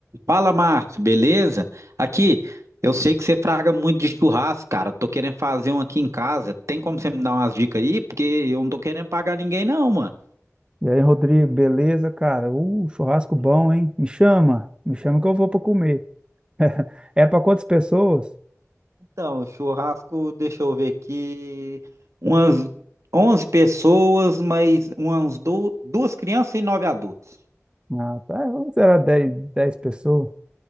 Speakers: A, on the right; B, on the right.
A: Fala, Márcio, beleza? Aqui, eu sei que você fraga muito de churrasco, cara. Tô querendo fazer um aqui em casa. Tem como você me dar umas dicas aí? Porque eu não tô querendo pagar ninguém, não, mano.
B: E aí, Rodrigo, beleza, cara? Uh, churrasco bom, hein? Me chama, me chama que eu vou pra comer. É pra quantas pessoas?
A: Então, churrasco, deixa eu ver aqui. Umas 11 pessoas, mas umas du- duas crianças e nove adultos.
B: Ah, tá, é, vamos será 10, 10 pessoas.